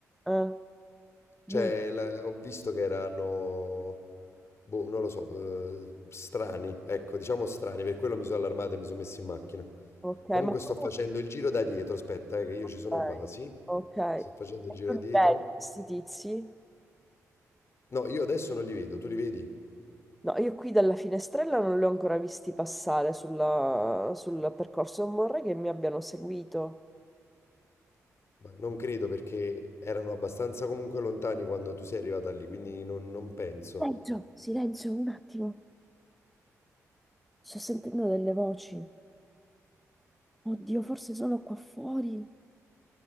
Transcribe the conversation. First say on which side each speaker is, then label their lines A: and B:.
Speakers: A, in the centre; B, on the left.
A: no,
B: Cioè,
A: eh, di-
B: la- ho visto che erano, boh, non lo so, eh, strani, ecco, diciamo strani, per quello mi sono allarmato e mi sono messo in macchina.
A: Ok,
B: Comunque
A: ma
B: sto
A: tu...
B: facendo il giro da dietro, aspetta, eh, che io
A: Ok,
B: ci sono quasi.
A: ok.
B: Sto facendo il
A: E
B: giro
A: tu
B: da
A: li
B: dietro.
A: vedi questi tizi?
B: No, io adesso non li vedo, tu li vedi?
A: No, io qui dalla finestrella non li ho ancora visti passare sulla- sul percorso, non vorrei che mi abbiano seguito.
B: Ma non credo perché erano abbastanza comunque lontani quando tu sei arrivata lì, quindi non, non penso.
A: Silenzio, silenzio, un attimo. Sto sentendo delle voci. Oddio, forse sono qua fuori.